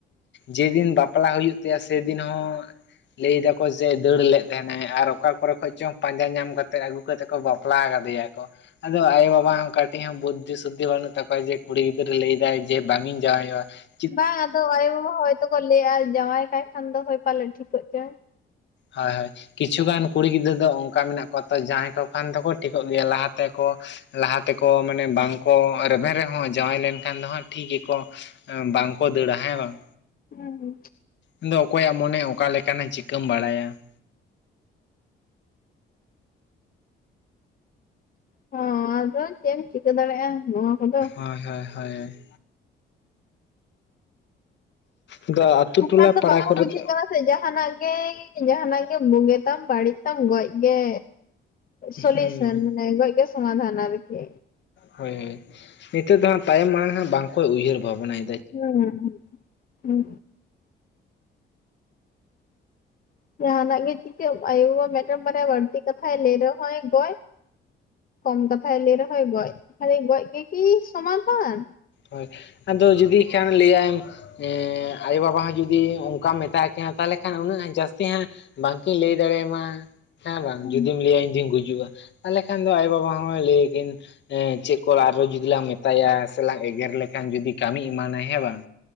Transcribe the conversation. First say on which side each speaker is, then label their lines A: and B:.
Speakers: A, on the left; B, on the left.
A: ᱡᱮᱫᱤᱱ ᱵᱟᱯᱞᱟ ᱦᱩᱭᱩᱜ ᱛᱟᱭᱟ ᱥᱮᱫᱤᱱ ᱦᱚᱸ ᱞᱟᱹᱭ ᱫᱟᱠᱚ ᱡᱮ ᱫᱟᱹᱲ ᱞᱮᱫ ᱛᱟᱦᱮᱸᱱᱟᱭ ᱟᱨ ᱚᱠᱟ ᱠᱚᱨᱮ ᱠᱷᱚᱡ ᱪᱚᱝ ᱯᱟᱸᱡᱟ ᱧᱟᱢ ᱠᱟᱛᱮ ᱟᱹᱜᱩ ᱠᱟᱛᱮ ᱠᱚ ᱵᱟᱯ ᱞᱟ ᱠᱟᱫᱮ ᱟᱠᱚ ᱾ ᱟᱫᱚ ᱟᱭᱳᱼᱵᱟᱵᱟ ᱦᱚᱸ ᱠᱟᱴᱤᱡ ᱦᱚᱸ ᱵᱩᱫᱽᱫᱷᱤ ᱥᱩᱫᱽᱫᱷᱤ ᱵᱟᱹᱱᱩᱜ ᱛᱟᱠᱚᱣᱟ ᱡᱮ ᱠᱩᱲᱤ ᱜᱤᱫᱽᱨᱟᱹ ᱞᱟᱹᱭ ᱮᱫᱟᱭ ᱡᱮ ᱵᱟᱝ ᱤᱧ ᱡᱟᱸᱣᱟᱭᱚᱜᱼᱟ ᱾
B: ᱵᱟᱝ ᱟᱫᱚ ᱟᱭᱳ-ᱵᱟᱵᱟ ᱦᱚᱭᱛᱚᱠᱚ ᱞᱟᱹᱭ ᱮᱜᱼᱟ ᱡᱟᱸᱶᱟᱭ ᱠᱟᱭ ᱠᱷᱟᱱ ᱫᱚ ᱦᱳᱭ ᱯᱟᱞᱮ ᱴᱷᱤᱠᱚᱜ ᱪᱚᱭ
A: ᱦᱳᱭ ᱦᱳᱭ ᱾ ᱠᱤᱪᱷᱩ ᱜᱟᱱ ᱠᱩᱲᱤ ᱜᱤᱫᱽᱟᱹᱨ ᱫᱚ ᱚᱝᱠᱟ ᱢᱮᱱᱟᱜ ᱠᱚᱣᱟ ᱛᱚ ᱡᱟᱸᱣᱟᱭ ᱠᱚ ᱠᱷᱟᱱ ᱫᱚᱠᱚ ᱴᱷᱤᱠᱚᱜ ᱜᱮᱭᱟ ᱞᱟᱦᱟ ᱛᱮᱠᱚ ᱾ ᱞᱟᱦᱟ ᱛᱮᱠᱚ ᱢᱟᱱᱮ ᱵᱟᱝᱠᱚ ᱨᱮᱵᱮᱱ ᱨᱮᱦᱚᱸ ᱡᱟᱶᱟᱭ ᱞᱮᱱᱠᱷᱟᱱ ᱫᱚ ᱦᱟᱸᱜ ᱴᱷᱤᱠ ᱜᱮᱠᱚ ᱾ ᱵᱟᱝᱠᱚ ᱫᱟᱹᱲ ᱟ ᱦᱮᱸ ᱵᱟᱝ,
B: ᱦᱩᱸ ᱾
A: ᱟᱫᱚ ᱚᱠᱚᱭᱼᱟᱜ ᱢᱚᱱᱮ ᱚᱠᱟ ᱞᱮᱠᱟᱱᱟ ᱪᱤᱠᱟᱹᱢ ᱵᱟᱲᱟᱭᱟ ᱾
B: ᱦᱩᱸ ᱟᱫᱚ ᱪᱮᱫ ᱮᱢ ᱪᱤᱠᱟᱹ ᱫᱟᱲᱮᱜᱼᱟ ᱱᱚᱣᱟ ᱠᱚᱫᱚ,
A: ᱦᱳᱭ ᱦᱳᱭ ᱾ ᱦᱳᱭ ᱟᱫᱚ ᱟᱛᱳ
B: ᱱᱮᱛᱟᱨ
A: ᱴᱚᱞᱟ ᱯᱟᱲᱟ
B: ᱫᱚ ᱵᱟᱠᱚ
A: ᱠᱚᱨᱮ
B: ᱵᱩᱡᱷᱟᱹᱜ
A: ᱫᱚ
B: ᱠᱟᱱᱟ ᱡᱟᱦᱟᱸᱱᱼᱟᱜ ᱜᱮ ᱡᱟᱦᱟᱸᱱᱼᱟᱜ ᱜᱮ ᱵᱩᱜᱮ ᱛᱟᱢ ᱵᱟᱹᱲᱤᱡ ᱛᱟᱢ ᱜᱚᱡ ᱜᱮ ᱥᱚᱞᱤᱭᱩᱥᱚᱱ
A: ᱦᱩᱸ
B: ᱢᱟᱱᱮ ᱜᱚᱡ ᱜᱮ ᱥᱚᱢᱟᱫᱷᱟᱱ ᱟᱨᱠᱤ
A: ᱦᱳᱭ ᱱᱤᱛᱚᱜ ᱫᱚ ᱦᱟᱸᱜ ᱛᱟᱭᱚᱢ ᱢᱟᱲᱟᱝ ᱦᱟᱸᱜ ᱵᱟᱝ ᱠᱚ ᱩᱭᱦᱟᱹᱨ ᱵᱷᱟᱵᱽᱱᱟᱭ
B: ᱦᱩᱸ ᱦᱩᱸ ᱡᱟᱦᱟᱸ ᱱᱟᱜ ᱜᱮ ᱪᱤᱠᱟᱹᱜ ᱟᱭᱳ ᱵᱟᱵᱟ ᱢᱤᱫᱴᱮᱱ ᱵᱟᱨᱭᱟ ᱵᱟᱹᱲᱛᱤ ᱠᱟᱛᱷᱟᱭ ᱞᱟᱹᱭ ᱨᱮᱦᱚᱸᱭ ᱜᱚᱡ ᱠᱚᱢ ᱠᱟᱛᱷᱟᱭ ᱞᱟᱹᱭ ᱨᱮ ᱦᱚᱭ ᱜᱚᱡ ᱠᱷᱟᱹᱞᱤ ᱜᱚᱡ ᱜᱮᱠᱤ ᱥᱚᱢᱟᱫᱷᱟᱱ
A: ᱦᱚᱭ ᱟᱫᱚ ᱡᱩᱫᱤ ᱠᱷᱟᱱ ᱞᱟᱹᱭᱟᱭ ᱮᱸᱜ ᱟᱭᱳ ᱵᱟᱵᱟ ᱦᱚᱸ ᱡᱩᱫᱤ ᱚᱱᱠᱟᱢ ᱢᱮᱛᱟ ᱠᱤᱱᱟ ᱛᱟᱦᱚᱞᱮ ᱠᱷᱟᱱ ᱩᱱᱟᱹᱜ ᱡᱟᱹᱥᱛᱤ ᱦᱟᱸᱜ ᱵᱟᱝ ᱠᱤᱱ ᱞᱟᱹᱭ ᱫᱟᱲᱮᱭᱟᱢᱟ ᱦᱮᱸ ᱵᱟᱝ
B: ᱦᱩᱸ
A: ᱡᱩᱫᱤᱢ ᱞᱟᱹᱭᱟ ᱤᱧ ᱫᱩᱧ ᱜᱩᱡᱩᱜ-ᱟ ᱛᱟᱦᱚᱞᱮ ᱠᱷᱟᱱ ᱫᱚ ᱟᱭᱳ ᱵᱟᱵᱟ ᱦᱚᱸ ᱞᱟᱹᱭ ᱟᱠᱤᱱ ᱪᱮᱫ ᱠᱚ ᱟᱨᱦᱚᱸ ᱡᱩᱫᱤ ᱞᱟᱝ ᱢᱮᱛᱟᱭᱟ ᱥᱮᱞᱟᱝ ᱮᱜᱮᱨ ᱞᱮᱠᱷᱟᱱ ᱡᱩᱫᱤ ᱠᱟᱹᱢᱤ ᱮᱢᱟᱱᱟᱭ ᱦᱮᱸ ᱵᱟᱝ